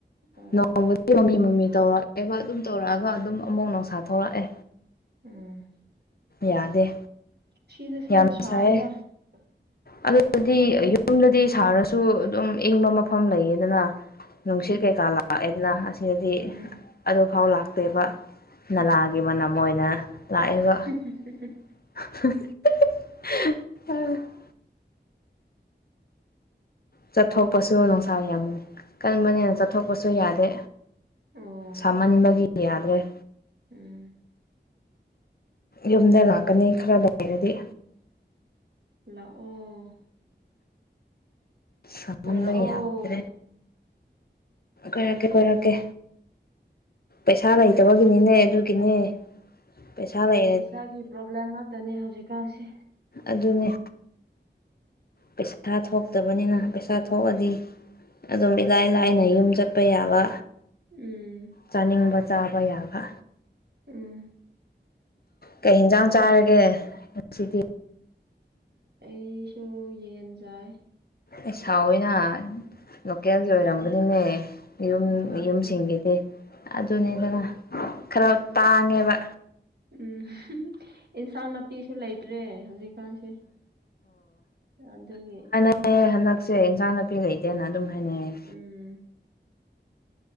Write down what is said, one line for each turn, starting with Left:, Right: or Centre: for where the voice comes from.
Right: ꯑꯣ
Left: ꯅꯣꯡꯃꯗꯤ ꯃꯝꯂꯤ ꯃꯝꯂꯤ ꯇꯧꯔꯛꯑꯦꯕ ꯑꯗꯨꯝ ꯇꯧꯔꯛꯑꯒ ꯑꯗꯨꯝ ꯑꯃꯨꯛ ꯅꯨꯡꯁꯥ ꯊꯣꯛꯂꯛꯑꯦ
Right: ꯎꯝ
Left: ꯌꯥꯗꯦ
Right: ꯁꯤꯗꯁꯨ
Left: ꯌꯥꯝ
Right: ꯁꯥꯏꯗ
Left: ꯁꯥꯏꯌꯦ
Right: <inaudible>
Left: ꯑꯗꯨꯗꯗꯤ ꯌꯨꯝꯗꯗꯤ ꯁꯥꯔꯁꯨ ꯑꯗꯨꯝ ꯏꯪꯕ ꯃꯐꯝ ꯂꯩꯌꯦꯗꯅ ꯅꯨꯡꯁꯤꯠ
Right: ꯎꯝ
Left: ꯀꯩꯀꯥ ꯂꯥꯛꯑꯦꯗꯅ ꯑꯁꯤꯗꯗꯤ
Right: ꯎꯝ
Left: ꯑꯗꯨꯐꯥꯎ ꯂꯥꯛꯇꯦꯕ ꯅꯂꯥꯒꯤ
Right: ꯎꯝ
Left: ꯃꯅꯝ ꯑꯣꯏꯅ ꯂꯥꯛꯑꯦꯕ
Right: <unintelligible>
Left: <unintelligible> ꯆꯠꯊꯣꯛꯄꯁꯨ ꯅꯨꯡꯁꯥ ꯌꯥꯝ ꯀꯟꯕꯅꯤꯅ ꯆꯠꯊꯣꯛꯄꯁꯨ ꯌꯥꯗꯦ
Right: ꯑꯣ
Left: ꯁꯥꯃꯟꯕꯒꯤ
Right: ꯑꯗꯨꯅꯤ
Left: ꯌꯥꯗ꯭ꯔꯦ
Right: ꯎꯝ
Left: ꯌꯨꯝꯗ ꯂꯥꯛꯀꯅꯤ ꯈꯔ ꯂꯩꯔꯗꯤ
Right: ꯂꯥꯛꯑꯣ
Left: ꯁꯥꯃꯟꯕꯒꯤ
Right: ꯀꯣꯏꯔꯛꯑꯣ
Left: ꯌꯥꯗ꯭ꯔꯦ ꯀꯣꯏꯔꯛꯀꯦ ꯀꯣꯏꯔꯛꯀꯦ ꯄꯩꯁꯥ ꯂꯩ ꯇꯥꯕꯒꯤꯅꯤꯅꯦ ꯑꯗꯨꯒꯤꯅꯦ ꯄꯩꯁꯥ ꯂꯩ
Right: ꯄꯩꯁꯥꯒꯤ ꯄ꯭ꯔꯣꯕ꯭ꯂꯦꯝ ꯉꯥꯛꯇꯅꯦ ꯍꯧꯖꯤꯛꯀꯥꯟꯁꯦ
Left: ꯑꯗꯨꯅꯦ ꯄꯩꯁꯥ ꯊꯣꯛꯇꯕꯅꯤꯅ ꯄꯩꯁꯥ ꯊꯣꯛꯑꯗꯤ ꯑꯗꯨꯝ ꯏꯂꯥꯏ ꯂꯥꯏꯅ ꯌꯨꯝ ꯆꯠꯄ ꯌꯥꯕ
Right: ꯎꯝ
Left: ꯆꯥꯅꯤꯡꯕ ꯆꯥꯕ ꯌꯥꯕ
Right: ꯎꯝ
Left: ꯀꯩ ꯍꯦꯟꯖꯥꯡ ꯆꯥꯔꯒꯦ ꯉꯁꯤꯗꯤ
Right: ꯑꯩꯁꯨ ꯌꯦꯟ ꯖꯥꯏ
Left: ꯑꯦꯁ ꯁꯥꯎꯋꯤꯅ ꯂꯣꯀꯦꯜꯒꯤ ꯑꯣꯏꯔꯝꯒꯅꯤꯅꯦ
Right: ꯍꯧꯋꯦ
Left: ꯌꯨꯝ
Right: ꯂꯣꯀꯦꯜꯒꯤꯅꯤ
Left: ꯌꯨꯝꯁꯤꯡꯒꯤꯗꯤ ꯑꯗꯨꯅꯤꯗꯅ
Right: ꯍꯣꯏ
Left: ꯈꯥꯔ ꯇꯥꯡꯉꯦꯕ
Right: ꯎꯝ <unintelligible> ꯑꯦꯟꯁꯥꯡ ꯅꯥꯄꯤꯁꯨ ꯂꯩꯇ꯭ꯔꯦ ꯍꯧꯖꯤꯛ ꯀꯥꯟꯁꯤ ꯑꯗꯨꯒꯤ
Left: ꯑꯦ ꯍꯟꯗꯛꯁꯦ ꯌꯦꯟꯁꯥꯡ ꯅꯥꯄꯤ ꯂꯩꯇꯦꯅ ꯑꯗꯨꯝ ꯍꯥꯏꯅꯩꯌꯦ
Right: ꯎꯝ